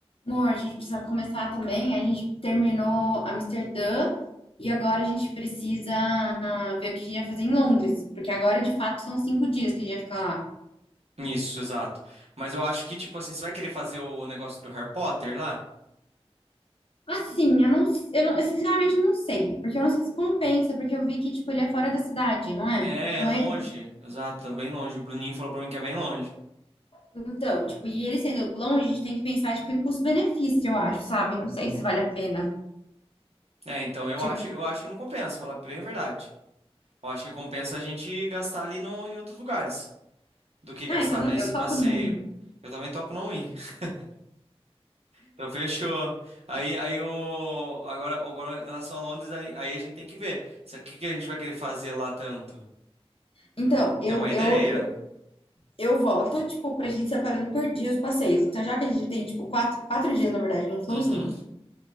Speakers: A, on the left; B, on the right.
A: Amor, a gente precisa começar também. A gente terminou Amsterdã e agora a gente precisa ah, ver o que a gente vai fazer em Londres, porque agora de fato são cinco dias que a gente vai ficar lá.
B: Isso, exato. Mas eu acho que, tipo assim, você vai querer fazer o negócio do Harry Potter lá?
A: Assim, eu não, eu não- eu sinceramente não sei, porque eu não sei se compensa, porque eu vi que tipo ele é fora da cidade, não é?
B: É,
A: Não
B: é longe.
A: é?
B: Exato, é bem longe. O Bruninho falou pra mim que é bem longe.
A: Então, tipo, e ele sendo longe, a gente tem que pensar tipo em custo-benefício, eu acho, sabe? Não sei se vale a pena.
B: É, então eu
A: Tipo,
B: acho, eu acho que não compensa, falar bem a verdade. Eu acho que compensa a gente gastar ali no, em outros lugares do que gastar
A: ah, então não-
B: nesse
A: eu topo
B: passeio.
A: não ir.
B: Eu também topo não ir. <laughs> Então fechou. Aí, aí o agora, agora em relação a Londres, aí, aí a gente tem que ver. O que que a gente vai querer fazer lá tanto?
A: Então, eu,
B: Tem uma ideia?
A: eu, eu voto, tipo, pra gente separando por dia os passeios. Então, já que a gente tem, tipo, quatro, quatro dias, na verdade, não são
B: Uhum.
A: cinco.